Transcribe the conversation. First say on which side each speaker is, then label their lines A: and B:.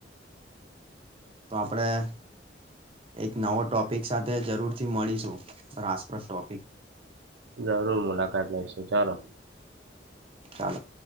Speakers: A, on the right; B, on the right.
A: તો આપણેે એક નવો ટોપિક સાથે જરૂર થી મળીશું. રાસપ્રદ ટોપિક
B: જરૂર મુલાકાત લઈશું ચાલો
A: ચાલો.